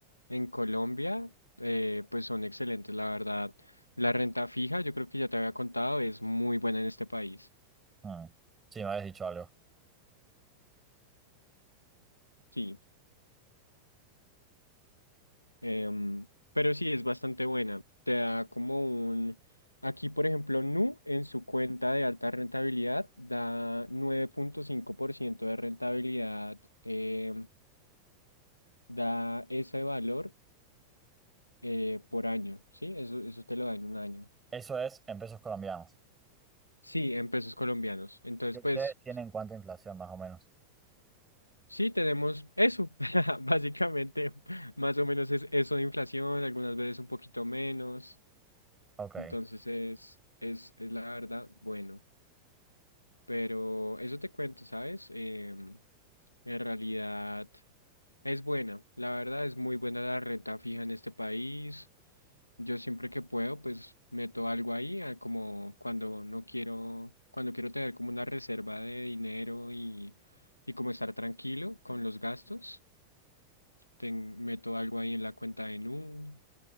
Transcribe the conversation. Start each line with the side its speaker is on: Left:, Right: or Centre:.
Left: en Colombia, eh, pues son excelentes, la verdad. La renta fija, yo creo que ya te había contado, es muy buena en este país.
Right: Mm. Sí, me habías dicho algo.
Left: Sí. Em, pero sí, es bastante buena. Te da como un... Aquí, por ejemplo, Nu en su cuenta de alta rentabilidad da nueve punto cinco por ciento de rentabilidad, em, da ese valor eh, por año, ¿sí? Eso, eso te lo da en un año.
Right: Eso es en pesos colombianos.
Left: Sí, en pesos colombianos. Entonces,
Right: ¿Y ustedes
Left: pues
Right: tienen cuánta inflación más o menos?
Left: sí, tenemos eso. <laughs> Básicamente, más o menos es eso de inflación, algunas veces un poquito menos.
Right: Ok.
Left: Entonces es, es, es la verdad, bueno. Pero eso te cuento, ¿sabes? Em, en realidad es buena. La verdad es muy buena la renta fija en este país. Yo siempre que puedo, pues meto algo ahí, ah, como cuando no quiero, cuando quiero tener como una reserva de dinero y, y como estar tranquilo con los gastos, ten- meto algo ahí en la cuenta de Nu,